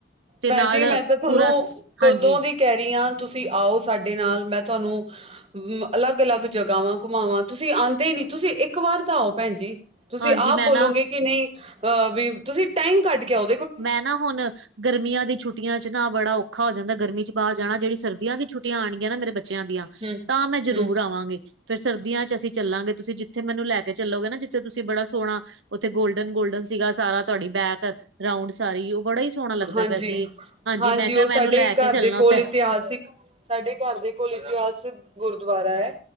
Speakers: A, on the right (about 85°); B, on the right (about 30°).
A: ਤੇ
B: ਭੈਣ
A: ਨਾਲ
B: ਜੀ ਮੈਂ ਤਾਂ ਤੁਹਾਨੂੰ
A: ਪੂਰਾ
B: ਕਦੋਂ
A: ਹਾਂਜੀ
B: ਦੀ। ਕਹਿ ਰਹੀ ਹਾਂ। ਤੁਸੀਂ ਆਓ ਸਾਡੇ ਨਾਲ ਮੈਂ ਤੁਹਾਨੂੰ। ਅਲੱਗ ਅਲੱਗ ਜਗ੍ਹਾਵਾਂ ਘੁਮਾਵਾਂ। ਤੁਸੀਂ ਆਉਂਦੇ ਨੀ। ਤੁਸੀਂ ਇੱਕ ਵਾਰ ਤਾਂ ਆਓ ਭੈਣ ਜੀ। ਤੁਸੀਂ
A: ਹਾਂਜੀ
B: ਆਪ
A: ਮੈਂ
B: ਬੋਲੋਗੇ
A: ਨਾ
B: ਕਿ ਨਹੀਂ ਅਹ ਵੀ। ਤੁਸੀਂ ਟਾਈਮ ਕੱਢ ਕੇ ਆਉ।
A: ਮੈਂ ਨਾ ਹੁਣ ਗਰਮੀਆਂ ਦੀ ਛੁੱਟੀਆਂ। ਛੁਟੀਆਂ ਚ ਨਾ ਬੜਾ ਔਖਾ ਹੋ ਜਾਂਦਾ ਗਰਮੀ ਚ ਬਾਹਰ ਜਾਣਾ। ਜਿਹੜੀ ਸਰਦੀਆਂ ਦੀ ਛੁੱਟੀਆਂ ਆਣਗੀਆਂ ਨਾ ਮੇਰੇ ਬੱਚਿਆਂ ਦੀਆਂ।
B: ਹੂੰ
A: ਤਾਂ ਮੈਂ ਜ਼ਰੂਰ
B: ਹੂੰ
A: ਆਵਾਂਗੀ। ਫੇਰ ਸਰਦੀਆਂ ਚ ਅਸੀਂ ਚੱਲਾਂਗੇ। ਤੁਸੀਂ ਜਿੱਥੇ ਮੈਨੂੰ ਲੈ ਕੇ ਚੱਲੋਗੇ ਨਾ ਜਿੱਥੇ ਤੁਸੀਂ ਬੜਾ ਸੋਹਣਾ। ਉੱਥੇ ਗੋਲਡਨ- ਗੋਲਡਨ ਸੀਗਾ ਸਾਰਾ ਤੁਹਾਡੀ ਬੈਕ। ਰਾਊਂਡ ਸਾਰੀ ਉਹ ਬੜਾ ਹੀ ਸੋਹਣਾ ਲੱਗਦਾ
B: ਹਾਂ
A: ਪਿਆ
B: ਜੀ
A: ਸੀ ਹਾਂਜੀ
B: ਹਾਂ
A: ਮੈਂ
B: ਜੀ
A: ਕਿਹਾ
B: ਉਹ ਸਾਡੇ
A: ਮੈਨੂੰ ਲੈ ਕੇ
B: ਘਰ
A: ਚੱਲਣਾ
B: ਦੇ ਕੋਲ
A: ਉੱਥੇ
B: ਇਤਿਹਾਸਿਕ। ਸਾਡੇ ਘਰ ਦੇ ਕੋਲ ਇਤਿਹਾਸ ਗੁਰਦੁਆਰਾ ਐ।